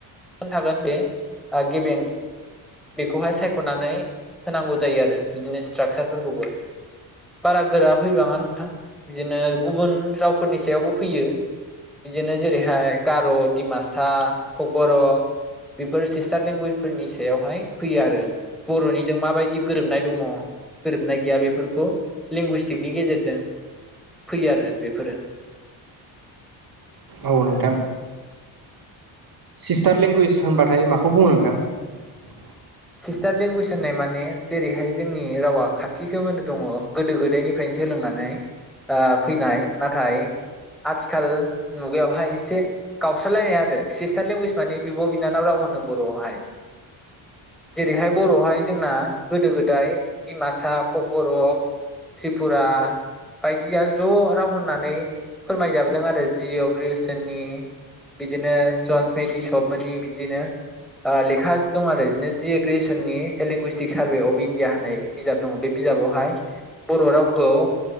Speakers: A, in the centre; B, on the right.
A: थागोन बे गेबें बेखौहाय सायखनानै होनांगौ जायो आरो बिदिनो स्ट्राकसारफोरखौबो बारा गोरा फैबाङा नोंथां बिदिनो गुबुन रावफोरनि सायावबो फैयो बिदिनो जेरैहाय गार दिमासा कक बर बेफोर सिस्टार लेंगुवेजफोरनि सायावहाय फैयो आरो बरनिजों माबायदि गोरोबनाय दङ गोरोबनाय गैया बेफोरखौ लेंगुइस्टिकनि गेजेरजों फैयो आरो बेफोरो
B: औ नोंथां सिस्टार लेंगुवेज होनबाथाय माखौ बुङो नोंथां
A: सिस्टार लेंगुवेज होननाय माने जेरैहाय जोंनि रावा खाथि सोमोन्दो दङ गोदो गोदायनिफ्रायनो सोलोंनानै ओ फैनाय नाथाय आथिखाल मुगायावहाय एसे गावस्रालायनाय आरो सिस्टार लेंगुवेज माने बिब बिनानाव राव होनो बरआवहाय जेरैहाय बरआवहाय जोंना गोदो गोदाय दिमासा ककबरक त्रिपुरा बायदिया ज राव होननानै फोरमायजाबोदों आरो जिअ ग्रेयारसननि बिदिनो जनस मेथिसबमोननि बिदिनो ओ लेखा दं आरो बिदिनो जि ए ग्रेयारसननि a linguistic survey of India होननाय बिजाब दङ बे बिजाबावहाय बर रावखौ ओ